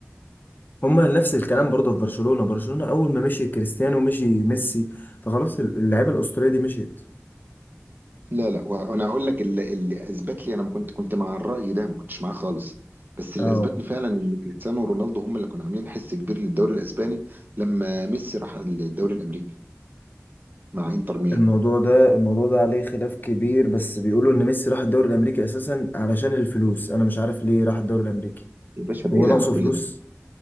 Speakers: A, on the left (about 40°); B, on the right (about 40°).
A: هما نفس الكلام
B: ف...
A: برضه في برشلونه برشلونه اول ما مشي كريستيانو مشي ميسي فخلاص اللعيبه الاسطوريه دي مشيت
B: لا لا وانا هقول لك اللي, اللي اثبت لي انا ما كنت كنت مع الرأي ده ما كنتش معاه خالص بس اللي
A: اه
B: اثبتني فعلا ان كريستيانو رونالدو هم اللي كانوا عاملين حس كبير للدوري الاسباني لما ميسي راح الدوري الامريكي مع انتر ميامي
A: الموضوع ده الموضوع ده عليه خلاف كبير بس بيقولوا ان ميسي راح الدوري الامريكي اساسا علشان الفلوس انا مش عارف ليه راح الدوري الامريكي
B: يا باشا بعيد
A: هو ناقصه
B: عن كل
A: فلوس
B: ده